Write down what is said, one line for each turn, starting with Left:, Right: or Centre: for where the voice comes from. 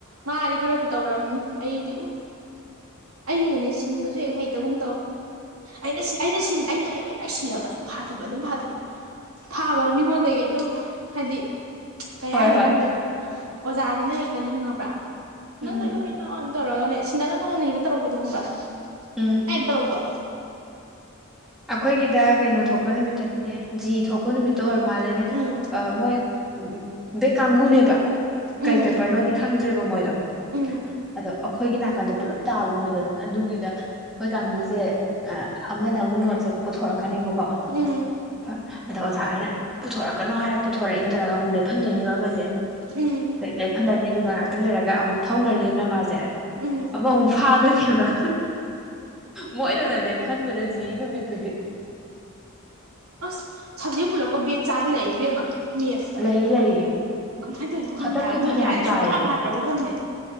Right: ꯃꯥꯗꯤ ꯈꯔꯕꯨ ꯇꯧꯔꯝꯅꯤ ꯑꯩꯗꯤ ꯎꯝ ꯑꯩꯅꯅꯦ ꯁꯤꯟꯕꯁꯨ ꯍꯦꯛ ꯍꯩꯇꯒꯨꯝ ꯇꯧ ꯑꯩꯅ ꯑꯩꯅ ꯁꯤꯟ ꯑꯩꯅꯕꯨ ꯍꯦꯛ ꯁꯤꯜꯂꯒ ꯑꯗꯨꯝ ꯐꯥꯗꯣꯢꯕ ꯑꯗꯨꯝ ꯐꯥꯗꯣꯏꯕ ꯐꯥꯕ ꯝꯤꯉꯣꯟꯗꯒꯤ ꯑꯗꯨꯝ ꯍꯥꯏꯗꯤ ꯀꯩ
Centre: ꯍꯣꯏ
Right: ꯍꯥꯏꯅꯤ
Centre: ꯍꯣꯏ
Right: ꯈꯪꯗꯦ ꯑꯣꯖꯥꯖꯤꯅ ꯍꯦꯛꯇꯅꯦ ꯈꯪꯉꯕ꯭ꯔꯥ
Centre: ꯎꯝ
Right: ꯅꯪ ꯇꯧꯏꯗꯣ ꯀꯩꯅꯣ ꯇꯔꯒꯅꯦ ꯁꯤꯟꯅꯒꯅꯣꯅ ꯍꯦꯛ ꯇꯧꯔꯛꯄꯤꯗꯣ ꯈꯪꯕꯔꯥ
Centre: ꯎꯝ
Right: ꯍꯥꯏ ꯇꯧꯔꯛꯄ꯭ꯔꯣ
Centre: ꯑꯩꯈꯣꯏꯒꯤꯗ ꯀꯩꯅꯣ ꯊꯣꯛꯄ ꯅꯨꯃꯤꯠꯇꯅꯤꯅꯦ ꯖꯤ ꯊꯣꯛꯄ ꯅꯨꯃꯤꯠꯇ ꯇꯣ ꯑꯣꯢꯔ ꯃꯥꯜꯂꯦ
Right: ꯎꯝ
Centre: ꯃꯣꯢ ꯑꯝ ꯑꯝ ꯕꯦꯛ ꯀꯥꯡꯒꯨꯅꯦꯕ ꯀꯩ
Right: ꯎꯝ
Centre: ꯄꯦꯄꯔꯅꯣꯗꯤ ꯈꯪꯗ꯭ꯔꯦꯕ ꯃꯣꯏꯗꯣ
Right: ꯎꯝ
Centre: ꯑꯗꯣ ꯑꯩꯈꯣꯏꯒꯤ ꯅꯥꯀꯟꯗ ꯄꯨꯂꯞ ꯇꯥꯕ ꯃꯣꯏꯗꯣ ꯑꯗꯨꯒꯤꯗ ꯃꯣꯏ ꯀꯥꯡꯕꯨꯖꯦ ꯑꯥ ꯑꯃꯅ ꯑꯃꯨꯛ ꯅꯣꯠ ꯄꯨꯊꯣꯔꯛ ꯀꯥꯅꯤ ꯕ ꯑꯣ
Right: ꯎꯝ
Centre: ꯐꯥ ꯑꯗꯣ ꯑꯣꯖꯥ ꯍꯣꯏꯅ ꯄꯨꯊꯣꯔꯛꯀꯅꯣ ꯍꯥꯏꯔ ꯄꯨꯊꯣꯔꯛꯏ ꯇꯧꯔꯒ ꯑꯃꯨꯛ ꯂꯦꯞꯍꯟꯗꯣꯏꯅꯦꯕ ꯑꯃꯖꯦ
Right: ꯎꯝ
Centre: ꯀꯩ ꯂꯦꯞꯐꯜꯂꯅꯤꯗꯨ ꯒ ꯉꯥꯏꯍꯥꯛꯇꯪ ꯂꯩꯔꯒ ꯑꯃꯨꯛ ꯐꯝꯒ꯭ꯔꯅꯤꯗꯅ ꯃꯥꯖꯦ
Right: ꯎꯝ
Centre: ꯑꯃꯃꯨꯛ ꯐꯥꯗꯣꯏꯅꯦꯕ ꯃꯣꯏꯗꯅꯅꯦ ꯂꯦꯞꯐꯟꯕꯗ ꯖꯤ ꯏ ꯅꯨꯃꯤꯠ ꯇꯨꯗꯤ
Right: ꯑꯁ ꯁꯞꯖꯦꯛ ꯄꯨꯂꯞꯀ ꯕꯦꯛ ꯆꯥꯕ ꯂꯩꯌꯦ ꯏꯕꯦꯝꯃ ꯃꯦꯠꯁꯇ
Centre: ꯂꯩꯌꯦ ꯂꯩꯌꯦ
Right: ꯀꯃꯥꯏꯅ ꯇꯧꯔꯤꯅꯣ ꯈꯪꯗꯦ
Centre: ꯍꯟꯗꯛꯀꯤ
Right: ꯍꯥꯏꯕ ꯃꯣꯏ
Centre: ꯐꯟꯌꯥꯝ
Right: ꯂꯥꯏꯔꯤꯛ
Centre: ꯆꯥꯏꯌꯦ
Right: ꯁꯨꯡꯄꯥ ꯄꯥꯗ꯭ꯔꯕ ꯈꯪꯗꯦ